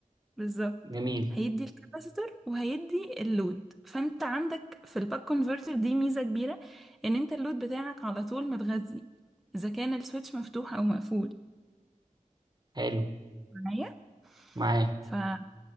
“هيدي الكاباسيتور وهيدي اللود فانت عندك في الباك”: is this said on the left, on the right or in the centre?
Centre